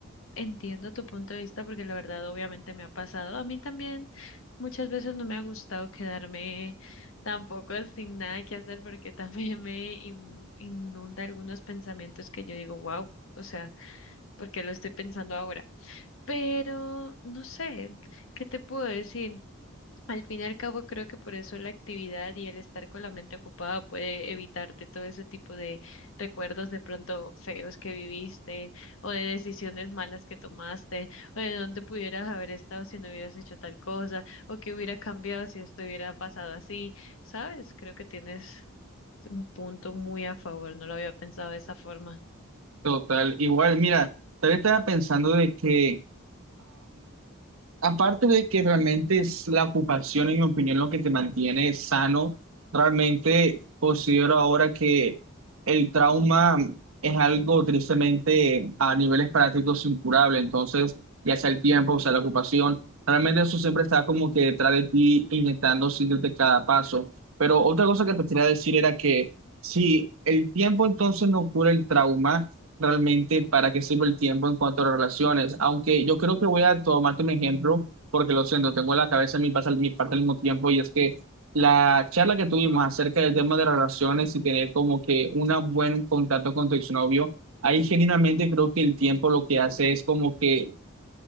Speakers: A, on the left (about 70°); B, on the right (about 75°).
A: Entiendo tu punto de vista porque la verdad obviamente me ha pasado. A mí también muchas veces no me ha gustado quedarme tampoco sin nada que hacer porque <laughs> también me in- inunda algunos pensamientos que yo digo, wow, o sea, ¿por qué lo estoy pensando ahora? Pero no sé, ¿qué te puedo decir? Al fin y al cabo, creo que por eso la actividad y el estar con la mente ocupada puede evitarte todo ese tipo de recuerdos de pronto feos que viviste o de decisiones malas que tomaste o de dónde pudieras haber estado si no hubieras hecho tal cosa o qué hubiera cambiado si esto hubiera pasado así, ¿sabes? Creo que tienes un punto muy a favor, no lo había pensado de esa forma.
B: Total. Igual, mira, tal vez estaba pensando de que Aparte de que realmente es la ocupación, en mi opinión, lo que te mantiene sano, realmente considero ahora que el trauma es algo tristemente a niveles prácticos incurable. Entonces, ya sea el tiempo, o sea la ocupación, realmente eso siempre está como que detrás de ti, intentando seguirte cada paso. Pero otra cosa que te quería decir era que si el tiempo entonces no cura el trauma, realmente para qué sirve el tiempo en cuanto a las relaciones. Aunque yo creo que voy a tomarte un ejemplo, porque lo siento, tengo en la cabeza en mi, pas- mi parte al mismo tiempo, y es que la charla que tuvimos acerca del tema de las relaciones y tener como que un buen contacto con tu exnovio, ahí genuinamente creo que el tiempo lo que hace es como que,